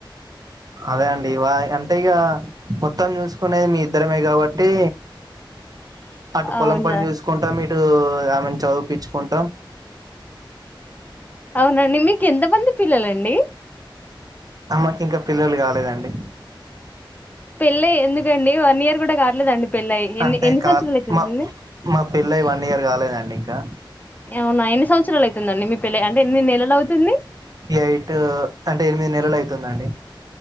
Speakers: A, on the right (about 45°); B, on the left (about 20°).
A: అదే అండి ఇవా అంటే ఇగ మొత్తం చూసుకునేది మీ ఇద్దరమే కాబట్టి
B: <inaudible>
A: అటు పొలం
B: అవునా?
A: పని చూసుకుంటా మీటు ఏమైనా చదిపించుకుంటా
B: అవునండి మీకు ఎంత మంది పిల్లలండి
A: అమెకి ఇంకా పిల్లలు కాలేదండి
B: పెళ్ళ ఎందుకండి వన్ ఇయర్ కూడా కట్లేదండి పెళ్ళయి ఎన్ని
A: అంటే
B: ఎన్ని
A: కా
B: సంవత్సరాలు నీ పెళ్ళై
A: మా మా పెళ్లై వన్ ఇయర్ కాలేదండి ఇంకా
B: అవునా ఎన్ని సంవత్సరాలు అవుతుందండి మీ పెళ్లై అంటే ఎన్ని నెలలు అవుతుంది
A: ఎయిట్ అంటే ఎనిమిది నెలలు అయితుందండి